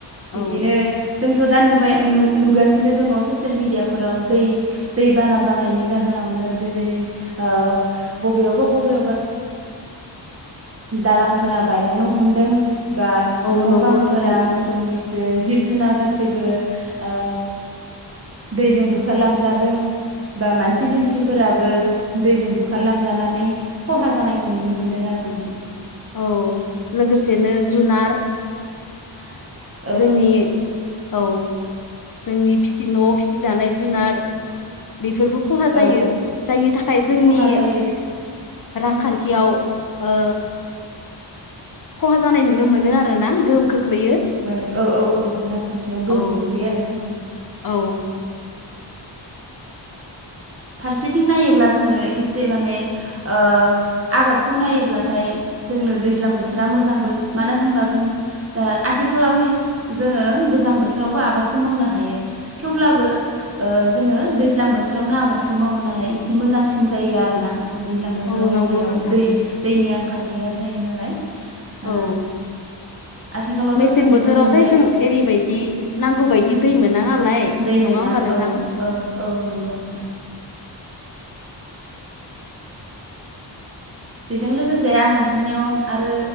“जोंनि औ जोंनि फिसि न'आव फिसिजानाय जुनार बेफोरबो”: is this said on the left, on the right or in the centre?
Left